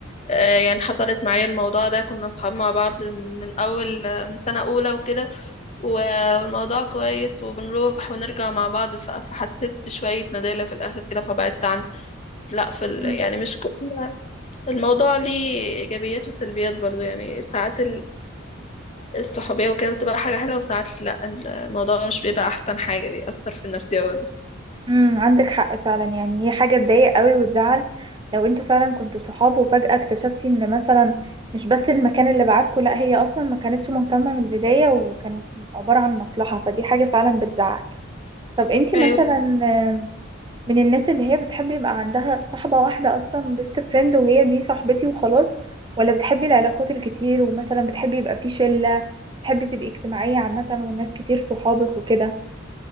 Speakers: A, on the left; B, on the right.
A: آه يعني حصلت معايا الموضوع ده كنا أصحاب مع بعض من أول من سنة أولى وكده و- والموضوع كويس وبنروح ونرجع مع بعض ف- فحسيت بشوية ندالة في الآخر كده فبعدت عنه لا في ال...
B: مم.
A: يعني مش كل الموضوع ليه إيجابيات وسلبيات برضو يعني ساعات الصحوبية وكده بتبقى حاجة حلوة وساعات لأ الموضوع مش بيبقى أحسن حاجة بيأثر في النفسية برضه
B: امم عندك حق فعلا يعني هي حاجة تضايق قوي وتزعل لو انتوا فعلا كنتوا صحاب وفجأة اكتشفتي ان مثلا مش بس المكان اللي بعتكوا لا هي اصلا ما كانتش مهتمة من البداية وكانت عبارة عن مصلحة فدي حاجة فعلا بتزعل طب انتي
A: أيوة
B: مثلا آم، من الناس اللي هي بتحب يبقى عندها صاحبة واحدة اصلا بيست فريند وهي دي صاحبتي وخلاص ولا بتحبي العلاقات الكتير ومثلا بتحبي يبقى في شلة بتحبي تبقي اجتماعية عامة والناس كتير صحابك وكده